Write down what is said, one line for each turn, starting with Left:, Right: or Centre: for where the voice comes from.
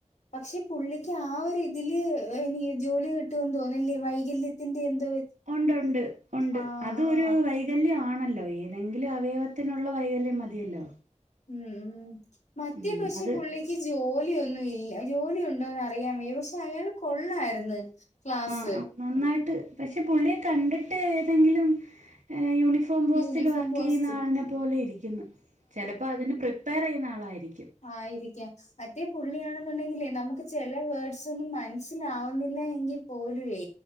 Left: പക്ഷെ പുള്ളിക്ക് ആ ഒരു ഇതിൽ ഇനി ജോലി കിട്ടുമെന്ന് തോന്നല്ലേ വൈകല്യത്തിന്റെ എന്ത
Right: ഉണ്ട് ഉണ്ട് ഉണ്ട്
Left: ആഹ്
Right: അതൊരു വൈകല്യമാണല്ലോ ഏതെങ്കിലും അവയവത്തിനുള്ള വൈകല്യം മ മതിയല്ലോ
Left: ഉം ഉ മറ്റേ
Right: ഉം
Left: പക്ഷെ
Right: അത്
Left: പുള്ളിക്ക് ജോലിയൊന്നും ഇല്ല ജോലി ഉണ്ടോന്ന് അറിയാൻ വയ്യ പക്ഷെ അയാള് കൊള്ളായിരുന്നു ക്ലാസ്
Right: ആഹ ആ നന്നായിട്ട് പക്ഷെ പുള്ളിയെ കണ്ടിട്ട് ഏതെങ്കിലും യു ഫോം പോസ്റ്റിൽ
Left: യൂണിഫോം
Right: വർക്ക്
Left: പോസ്റ്റ്
Right: ചെയ്യുന്ന ആളെ പോലെയാണ് ഇരികുന്നത് ചിലപ്പോൾ അതിന് പ്രീപെയർ നാളായിരിക്കും
Left: ആയിരിക്ക മറ്റേ പുള്ളിയാണെന്നുണ്ടെങ്കിലേ നമുക്ക്ചെ നല്ല വേർഡ്സ് ഒന്നും മനസ്സിലാവുന്നില്ല എങ്കിൽ പോലുവേ